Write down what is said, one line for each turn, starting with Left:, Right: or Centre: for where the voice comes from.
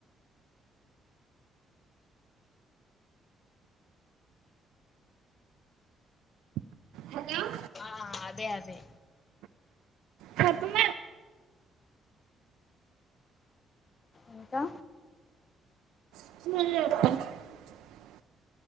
Right: హలో
Left: ఆ అదే అదే
Right: కర్మ
Left: ఇంకా
Right: మప్ప